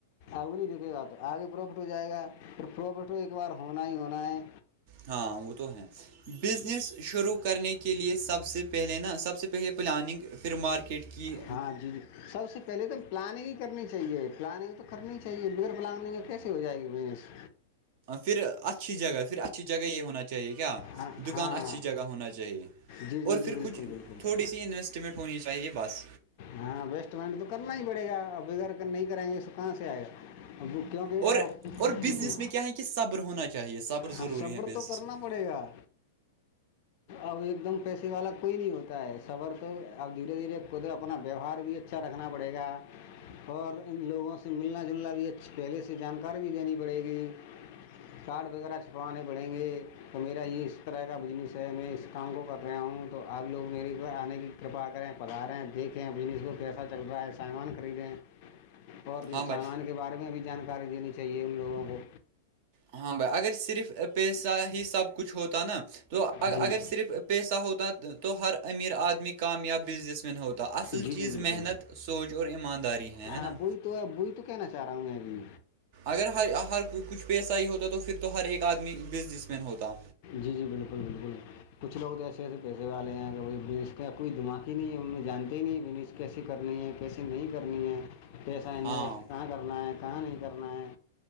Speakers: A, on the left; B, on the right.
A: آگ نہیں دکے گا تو آگے پروفٹ ہو جائے گا پرھر پروفٹ تو ایک بار ہونا ہی ہونا ہے
B: ہاں وہ تو ہیں بزنس شروع کرنے کے لئے سب سے پہلے نا سب سے پہلے پلاننگ پھر مارکیٹ کٹکی
A: ہاں جی جی سب سے پہلے تو ہم پلاننگ ہی کرنی چاہی چاہیے پلاننگ تو کرنی ہی چاہیے بگر پلاننگ ہے کیسے ہو جائے گی منس
B: پھر اچھی جگہ پھر اچھی جگہ یہ ہونا چاہیے چاہے کیا
A: ہاں
B: دکان
A: ہاں
B: اچھی جگہ ہونا چاہیے
A: جی جی
B: اور
A: جی
B: پھر
A: بالکل
B: کھ
A: بالکل
B: تھوڑی سی اس انوسٹمنٹ ہونی چاہیے بس
A: ہاں وسٹ منٹ تو کرنا ہی پڑے گا ا بغیر نہیں کریں گے کہاں سے آئے گا اب وہ کیونکہ اب
B: اور اور بزنس
A: جی
B: میں کیا ہے کہ صبر ہونا چاہیے صبر
A: ہاں
B: ضروری
A: صبر
B: ہے بزنس
A: تو کرنا
B: میں <inaudible>
A: پڑے گا اب ایک دم پیسے والا کوئی نہیں ہوتا ہے صفر تو اب دھیرے دھیرے خود اپنا ویوہار بھی اچھا رکھنا پڑے گا اور ان لوگوں سے ملنا جلنا بھی اچھی پہلے سے جانکاری بھی دینی پڑے گی کارڈ وغیرہ چھپوانے پڑیں گے تو میرا یہ اس طرح کا بزنس ہے میں اس کام کو کر رہا ہوں تو آپ لگ میرے آنے کی کرپا کریں پتا لا رہے ہیں دیکھیں بنس کو کیسا چل رہا ہے سامان خریدیں اور
B: ہاں بھائی
A: سامان کے بارے میں بھی جانکاری دینی چاہیے ان لوگوں کو
B: ہاں بھائی اگر صرف پیسہ ہی سب کچھ ہوتا نا تو
A: جی
B: اگر صرف پیسہ ہوتا تو ہر امیر آدمی کامیاب بزنس مین ہوتا تو اصل
A: جی
B: چیز
A: جی بالکل
B: محنت سوچ اور ایمانداری ہے ہے
A: ہاں
B: نا
A: وہی تو اب وہی تو کہنا چاہ رہا ہوں میں ابھی
B: اگر ہر ہر کچھ پیسہ ہی ہوتا تو پھر تو ہر ایک آدمی بزنس مین ہوتا
A: جی جی بالکل بالکل کچھ لوگ تو ایسے ایسے پیسے والے ہیں اگر کا کوئی دماغ ہی نہیں ہے ان جتے ہی نہیں ب کیسی کرنی ہے کیسی نہیں کرنی ہے پیسہ انویسٹ
B: ہاں
A: کہاں کرنا ہے کہاں نہیں کرنا ہے